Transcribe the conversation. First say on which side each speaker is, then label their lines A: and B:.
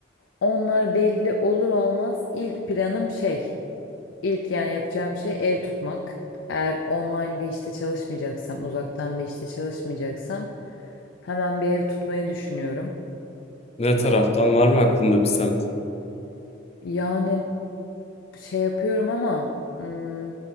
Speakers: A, on the left; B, on the left.
A: Onlar belli olur olmaz ilk planım şey, ilk yani yapacağım şey ev tutmak. Eğer online bir işte çalışmayacaksam, uzaktan bir işte çalışmayacaksam hemen bir ev tutmayı düşünüyorum.
B: Ne taraftan var mı aklında bir semt?
A: Yani şey yapıyorum ama hmm,